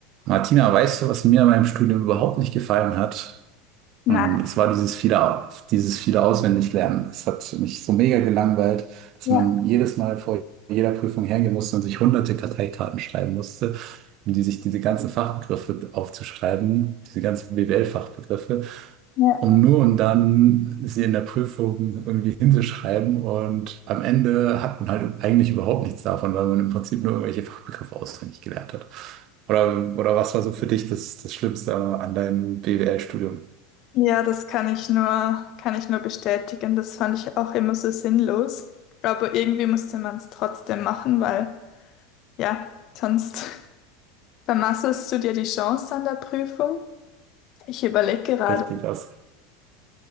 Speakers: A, on the right (about 50°); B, on the left (about 50°).
A: Martina, weißt du, was mir an meinem Studium überhaupt nicht gefallen hat?
B: Nein.
A: Ähm, es war dieses viele, dieses viele Auswendiglernen. Es hat mich so mega gelangweilt, dass
B: Ja,
A: man jedes Mal vor jeder Prüfung hergehen musste und sich hunderte Karteikarten schreiben musste, um die sich diese ganzen Fachbegriffe aufzuschreiben, diese ganzen BWL-Fachbegriffe,
B: ja.
A: um nur und dann sie in der Prüfung irgendwie hinzuschreiben. Und am Ende hat man halt eigentlich überhaupt nichts davon, weil man im Prinzip nur irgendwelche Fachbegriffe auswendig gelernt hat. Oder, oder was war so für dich das, das Schlimmste an deinem BWL-Studium?
B: Ja, das kann ich nur, kann ich nur bestätigen. Das fand ich auch immer so sinnlos. Aber irgendwie musste man es trotzdem machen, weil ja, sonst <laughs> vermasselst du dir die Chance an der Prüfung. Ich überlege gerade.
A: Richtig, hast,